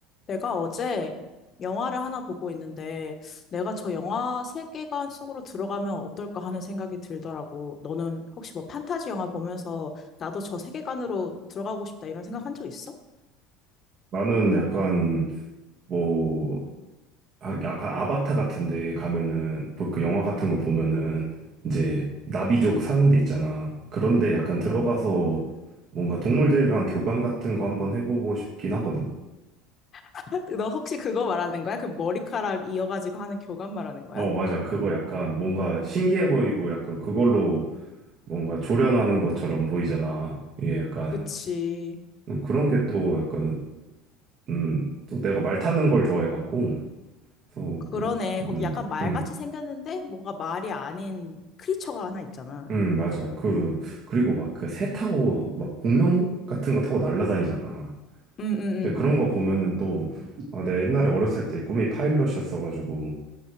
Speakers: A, on the left (about 30°); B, on the right (about 40°).
A: 내가 어제 영화를 하나 보고 있는데, 내가 저 영화 세계관 속으로 들어가면 어떨까 하는 생각이 들더라고. 너는 혹시 뭐 판타지 영화 보면서 나도 저 세계관으로 들어가고 싶다 이런 생각 한 적 있어?
B: 나는 약간 뭐 아- 약간 아바타 같은데 가면은 뭐그 영화 같은 거 보면은 이제 나비족 사는 데 있잖아. 그런데 약간
A: 오,
B: 들어가서 뭔가 동물들이랑 교감 같은 거 한번 해보고 싶긴 하거든.
A: <laughs> 너 혹시 그거 말하는 거야? 그 머리카락 이어가지고 하는 교감 말하는 거야?
B: 어, 맞아. 그거 약간 뭔가 신기해 보이고 약간 그걸로 뭔가 조련하는 것처럼 보이잖아. 이게 약간
A: 그치.
B: 음, 그런 게 또 약간 음, 또 내가 말 타는 걸 좋아해 갖고 그래서
A: 그러네.
B: 뭐 음,
A: 거기 약간 말같이
B: 음.
A: 생겼는데 뭔가 말이 아닌 크리처가 하나 있잖아.
B: 음, 맞아. 그, 그리고 막 그 새 타고 막 공룡 같은 거 타고 날라다니잖아.
A: 응, 응, 응.
B: 근데 그런 거 보면은 또, 아, 내가 옛날에 어렸을 때 꿈이 파일럿이었어가지고,